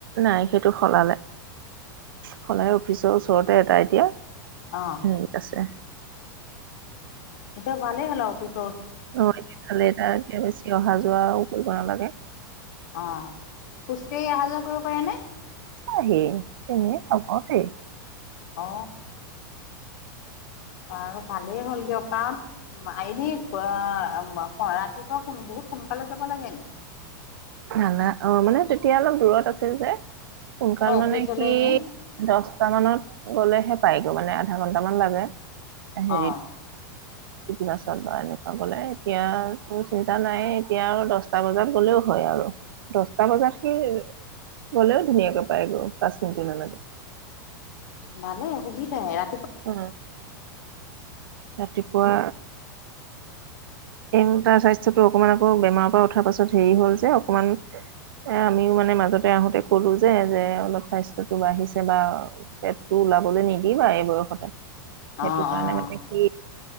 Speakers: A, on the right; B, on the left.
A: নাই সেইটো সলালে। সলাই অফিচৰ ওচৰতে এটা এতিয়া
B: অ
A: হেৰিত আছে
B: এতিয়া ভালে হ'ল অফিচত
A: অঁ এফালে তাৰ এতিয়া বেছি অহা যোৱাওঁ কৰিব নালাগে।
B: অঁ খোজ কাঢ়ি অহা যোৱা কৰিব পাৰে নে
A: আহে তেনে চবতে
B: অ বাৰু ভালেই হ'ল দিয়ক কাৰণ আইনে অ ৰাতিপুৱা শোনন বহুত সোনকালে য লাগে নেকি?
A: নানা অ মানে তেতিয়া অলপ দূৰত আছিল যে সোনকাল
B: ন
A: মানে
B: অফিচলৈ
A: সি
B: এনেই
A: দশটা মানত গলেহে পায় মানে আধা ঘন্টা মান লাগে। হেৰি
B: অঁ
A: কিবাচল বা এনেকুৱা বলে এতিয়াতো চিন্তা নাই এতিয়া আৰু দহ দচটা বজাত গলেও হয় আৰু দচটা বজাত সি গ'লেও ধুনীয়াকে পায় গ পাঁচ মিনিটো নালাগে
B: ভালে সুবিধ আহে ৰা
A: উ ৰাতিপুৱা। এই তাৰ স্বাস্থ্যতো অকমান আকৌ বেমাৰৰ পৰা উঠাৰ পাছত হেৰি হ'ল যে অকমান এ আমিও মানে মাজতে আহোতে কলো যে যে অলপ স্বাস্থ্যতটো বাঢ়িছে বা পেটটো ওলাবলৈ নিদিবা এই বয়স। ক সেইটো
B: অঁ
A: কাৰণে
B: অঁ
A: মানে কি এ